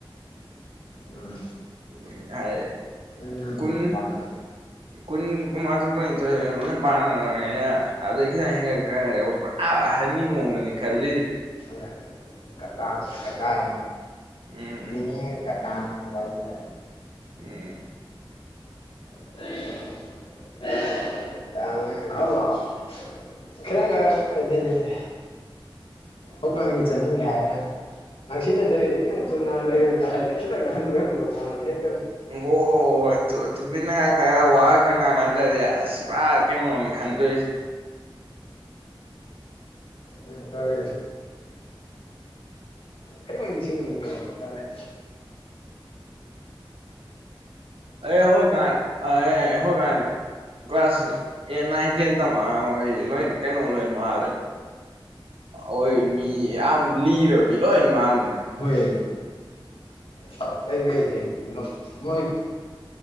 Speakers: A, on the left; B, on the right.
A: ꯎꯝ
B: ꯎꯝ ꯍꯥꯏ
A: ꯅꯪꯅ ꯃꯌꯥꯝ
B: ꯀꯟ
A: ꯄꯥꯡꯉꯦ
B: ꯀꯨꯟ ꯀꯨꯟꯃꯥꯊꯣꯏ ꯀꯨꯟꯅꯤꯊꯣꯏ ꯂꯣꯏ ꯄꯥꯟꯅꯔ ꯑꯗꯨꯗꯩ ꯈꯤꯇꯪ ꯍꯦꯟꯒꯠꯒ ꯈꯔ ꯈꯔꯒꯠꯄ꯭ꯔꯥ ꯑꯥ ꯑꯍꯟꯒꯤ ꯃꯑꯣꯡꯗꯅꯤ ꯈꯜꯂꯤ
A: ꯑ ꯀꯀꯥ ꯀꯀꯥꯏ
B: ꯎꯝ
A: ꯃꯤꯅꯤ ꯀꯀꯥ ꯎ ꯋꯥꯏꯖ
B: ꯎꯝ
A: <unintelligible> ꯑ ꯍ ꯀꯩꯅꯉ ꯑꯗꯨꯗꯤ ꯍꯧꯛꯀꯒꯤ ꯆꯠꯅꯝꯒꯦ ꯍꯥꯏꯒ ꯉꯛꯁꯤꯟꯅ ꯅꯗꯕꯤꯗ ꯈꯤꯇꯪ ꯆꯨꯝꯅ ꯂꯩꯔꯣꯏꯗ ꯍꯥꯏꯗꯤ ꯈꯤꯪꯍꯥꯟ ꯑꯣꯏꯔꯝꯗꯧ ꯃꯥꯜꯂꯦ ꯍꯦꯛ
B: ꯑꯣ ꯇꯨꯅꯦ ꯈꯔ ꯋꯥ ꯈꯪꯉ ꯉꯗꯗꯤ ꯑ ꯄꯨꯔꯥ ꯀꯩꯅꯣꯅꯤ ꯈꯟꯗꯣꯏꯁꯦ
A: ꯃꯤ ꯇꯔꯦ ꯀꯔꯤ ꯃꯁꯤ ꯃ ꯇꯥꯏ
B: ꯑꯦ ꯍꯣꯏ ꯀꯥꯟ ꯍꯣꯏ ꯀꯥꯟ ꯀ꯭ꯂꯥꯁ ꯑꯦꯠ ꯅꯥꯏꯟ ꯇꯦꯟ ꯇ ꯃꯈꯈꯩ ꯂꯣꯏ ꯀꯩꯅꯣ ꯂꯣꯏꯅ ꯃꯥꯜꯗꯦꯕ ꯍꯣꯏ ꯃꯤ ꯌꯥꯝ ꯂꯤꯔꯕꯅꯤ ꯅꯣꯏ ꯃꯥꯟꯕꯅꯦ
A: ꯍꯌꯦ ꯐꯥꯛꯇꯦ ꯀꯦ ꯃꯣꯏꯣꯏ